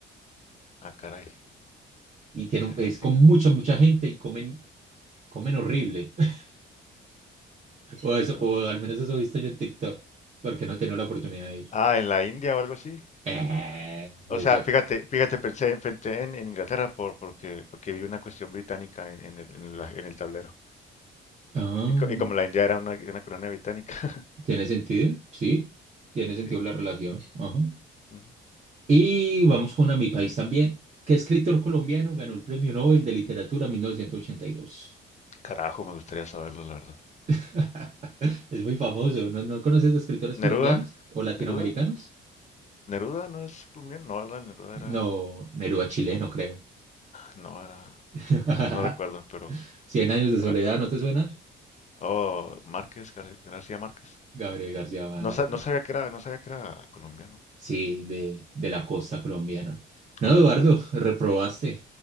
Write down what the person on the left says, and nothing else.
Ah, caray.
Esa
gente.
que-
Ah,
Ah, en la India o algo así.
O
sea, fíjate, fíjate, pensé, en pensé en, en Inglaterra por, porque, porque vi una cuestión británica en, en el, en la- en el tablero.
Y, co- y como la India era una, una colonia británica. <laughs>
Sí.
Ujú.
Carajo, me gustaría saberlo, la verdad.
Neruda,
Neruda, Neruda no es colombiano, no, ¿verdad? Neruda era
No era,
no, no recuerdo, pero
era.
Oh, Márquez, Gar- García Márquez.
No, sa- no sabía que era, no sabía que era colombiano.
Órale.